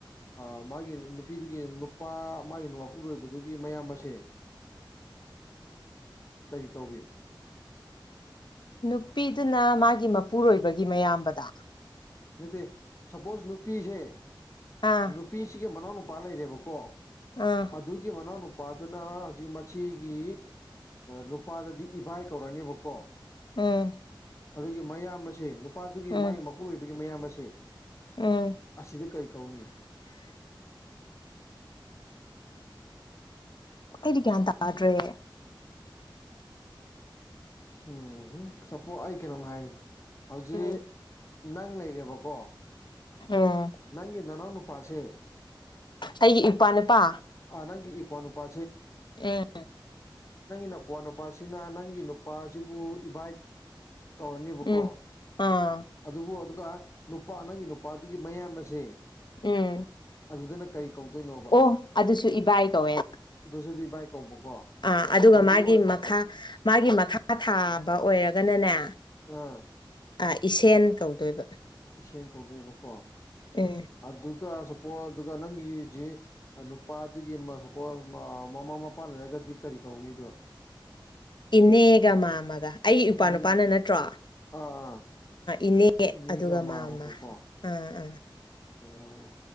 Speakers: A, on the left; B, on the left.
A: ꯑ ꯃꯥꯒꯤ ꯅꯨꯄꯤꯗꯨꯒꯤ ꯅꯨꯄꯥ ꯃꯥꯒꯤ ꯅꯨ ꯃꯄꯨꯔꯣꯏꯕꯗꯨꯒꯤ ꯃꯌꯥꯝ ꯑꯁꯦ ꯀꯧꯏ
B: ꯅꯨꯄꯤꯗꯨꯅ ꯃꯥꯒꯤ ꯃꯄꯨꯔꯣꯏꯕꯒꯤ ꯃꯌꯥꯝꯕꯗ
A: ꯅꯠꯇꯦ ꯁꯄꯣꯁ ꯅꯨꯄꯤꯁꯦ
B: ꯑꯥ
A: ꯅꯨꯄꯤꯁꯤꯒꯤ ꯃꯅꯥꯎ ꯅꯨꯨꯄꯥ ꯂꯩꯔꯦꯕꯀꯣ
B: ꯑꯥ
A: ꯑꯗꯨ ꯑꯗꯨꯒꯤ ꯃꯅꯥꯅ ꯅꯨꯄꯥꯗꯨꯅ ꯍꯧꯖꯤꯛ ꯃꯁꯤꯒꯤ ꯅꯨꯄꯥꯗꯗꯤ ꯏꯚꯥꯏ ꯀꯧꯔꯅꯦꯕꯀꯣ
B: ꯎꯝ
A: ꯑꯗꯨꯒꯤ ꯃꯌꯥꯝ ꯑꯁꯦ ꯅꯨꯄꯥꯗꯨꯒꯤ
B: ꯎꯝ
A: ꯃꯥꯒꯤ ꯃꯄꯨꯔꯣꯏꯕꯒꯤ ꯃꯌꯥꯝ ꯑꯁꯦ
B: ꯎꯝ
A: ꯑꯁꯤꯗ ꯀꯔꯤ ꯀꯧꯅꯤ
B: ꯏ ꯀꯥꯟ ꯇꯥꯔꯔꯦ
A: ꯎꯝ ꯁꯄꯣ ꯑꯩ ꯀꯅꯥꯝ ꯍꯥꯏꯖꯤ
B: ꯎꯝ
A: ꯅꯪ ꯂꯩꯔꯦꯕꯀꯣ
B: ꯎꯝ
A: ꯅꯪꯒꯤ ꯅꯅꯥꯎ ꯅꯨꯄꯥꯁꯦ
B: ꯑꯩꯒꯤ ꯏꯄꯥ ꯅꯨꯄꯥ
A: ꯅꯪ ꯏꯄ ꯅꯨꯄꯥ
B: ꯎꯝ
A: ꯅꯄꯥ ꯅꯨꯄꯥ ꯅꯪ ꯑꯩꯒꯤ ꯅꯨꯄꯥꯁꯤꯕꯨ ꯏꯚꯥꯏ ꯀꯧꯔꯅꯦꯕꯀꯣ
B: ꯎꯝ ꯑꯥ
A: ꯑꯗꯨꯕꯨ ꯑꯗꯨꯒ ꯅꯨꯄꯥ ꯅꯪꯒꯤ ꯅꯨꯄꯥꯗꯨꯒꯤ ꯃꯌꯥꯝ ꯑꯁꯦ
B: ꯎꯝ
A: ꯑꯗꯨꯗꯅ ꯀꯔꯤ ꯀꯧꯗꯣꯏꯅꯣꯕ
B: ꯑꯣ ꯑꯗꯨꯁꯨ ꯏꯕꯥꯏ ꯀꯧꯋꯦ
A: ꯑꯗꯨꯁꯨꯗꯤ ꯏꯕꯥꯏ ꯀꯧꯕꯀꯣ
B: ꯑꯥ ꯑꯗꯨꯒ
A: ꯑꯗꯨ
B: ꯃꯥꯒꯤ ꯃꯈꯥ ꯃꯥꯒꯤ ꯃꯈꯥ ꯊꯥꯕ ꯑꯣꯏꯔꯒꯅꯅꯦ
A: ꯑꯥ
B: ꯑꯥ ꯏꯁꯦꯟ ꯀꯧꯗꯣꯏꯕ
A: ꯏꯦꯡ ꯀꯧꯗꯣꯏꯕꯀꯣ
B: ꯎꯝ
A: ꯑꯗꯨꯒ ꯁꯄꯣꯁ ꯑꯗꯨꯒ ꯅꯪꯒꯤꯁꯤ ꯅꯨꯄꯥꯗꯨꯒꯤ ꯁꯄꯣꯁ ꯃꯃꯥ ꯃꯄꯥ ꯂꯩꯔꯒꯗꯤ ꯀꯔꯤ ꯀꯧꯅꯤꯗꯣ
B: ꯏꯅꯦꯒ ꯃꯥꯃꯒ ꯑꯩꯒꯤ ꯏꯄꯥ
A: ꯏꯅꯦ
B: ꯅꯨꯄꯥꯅ ꯅꯠꯇ꯭ꯔꯣ ꯑ
A: ꯑꯥ ꯑꯥ
B: ꯏꯅꯦ
A: ꯃꯤꯒ
B: ꯑꯗꯨꯒ
A: ꯃꯥꯃꯒ
B: ꯃꯥꯃ
A: ꯀꯣ
B: ꯑꯥ ꯑꯥ
A: ꯑꯣ